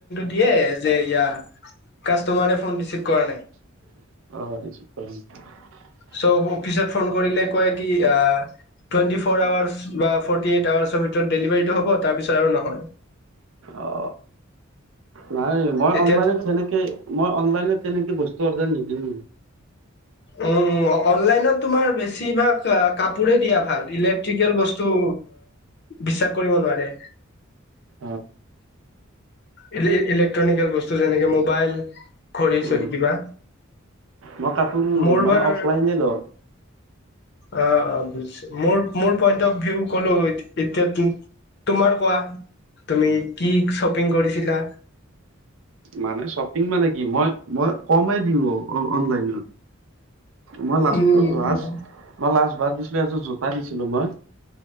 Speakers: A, on the left (about 55°); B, on the right (about 70°).
A: দিয়ে যে এতিয়া কাষ্টমাৰে ফোন ৰিচিভ কৰা নাই,
B: অ <inaudible>
A: চ' অফিচত ফোন কৰিলে কয় কি আ টোৱেন্তি ফৰ আৱৰ্চ বা ফৰ্তি এইট আৱৰ্চৰ ভিতৰত ডেলিভাৰিটো হব তাৰ পিছত আৰু নহয়।
B: অ নাই মই
A: এতিয়া
B: অনলাইনত তেনেকে মই অনলাইনত তেনেকে বস্তু অৰ্ডাৰ নিদিও,
A: উম উম, অনলাইনত তোমাৰ বেছিভাগ কাপো পোৰে দিয়া ভাল, ইলেক্ট্ৰিকেল বস্তু বিশ্বাস কৰিব নোৱাৰে।
B: অ।
A: ইলেক্ট্ৰনিকেল বস্তু যেনেকে মোবাইল, ঘঢ়ী চৰি
B: উম
A: কিবা।
B: মই কাপোৰ
A: মোৰ
B: মানে
A: বাৰ
B: অফলাইনে লওঁ
A: অ অ বুজিছো, মোৰ মোৰ পইন্ট অফ ভিউ ক'লো এতিয়া তোমাৰ কোৱা তুমি কি শ্বপিং কৰি ছিলা?
B: মানে শ্বপিং মানে কি মই মই কমে দিওঁ অনলাইনত মই লাষ্টত
A: উম
B: লাষ্ট মই লাষ্ট তা দিছিলো এযোৰ জোতা দিছিলো মই।